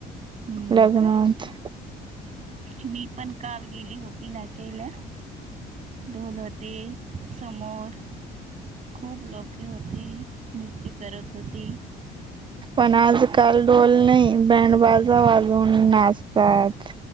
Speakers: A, on the right (about 45°); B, on the right (about 30°).
A: हूं
B: लग्नात
A: का! मी पण काल गेली होती नाचायंला. ढोल होते समोर! खूप लोके होती नृत्य करत होती.
B: पण आजकाल डोल नही, बँड बाजा वाजवून नाचतात.